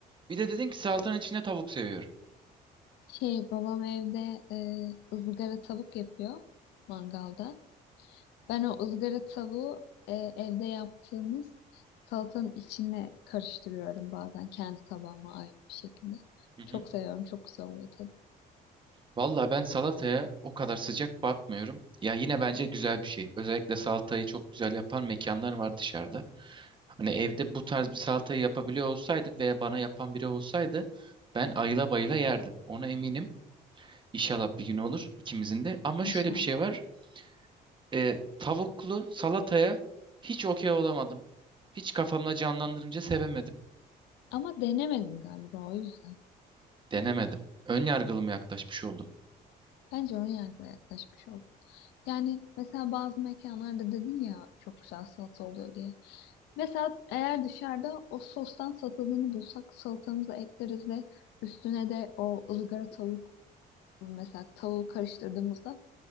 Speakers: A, on the right (about 30°); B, on the left (about 85°).
A: Bir de dedin ki salatanın içine tavuk seviyorum.
B: Şey babam evde e, ızgara tavuk yapıyor mangalda. Ben o ızgara tavuğu e, evde yaptığımız salatanın içine karıştırıyorum bazen kendi tabağıma ayrı bir şekilde.
A: Hı hı.
B: Çok seviyorum. Çok güzel oluyor tadı.
A: Valla ben salataya o kadar sıcak bakmıyorum. Ya yine bence güzel bir şey. Özellikle salatayı çok güzel yapan mekanlar var dışarıda. Hani evde bu tarz bir salatayı yapabiliyor olsaydım veya bana yapan biri olsaydı ben ayıla bayıla yerdim. Ona eminim. İnşallah bir gün olur ikimizin de. Ama
B: İnşallah.
A: şöyle bir şey var. E, tavuklu salataya hiç okey olamadım. Hiç kafamda canlandırınca sevemedim.
B: Ama denemedim galiba o yüzden.
A: Denemedim. Ön yargılı mı yaklaşmış oldum.
B: Bence ön yargıla yaklaşmış oldum. Yani mesela bazı mekanlarda dedin ya çok güzel salata oluyor diye. Mesela eğer dışarıda o sostan satıldığını bulsak salatamıza ekleriz ve üstüne de o ızgara tavuk mesela tavuğu karıştırdığımızda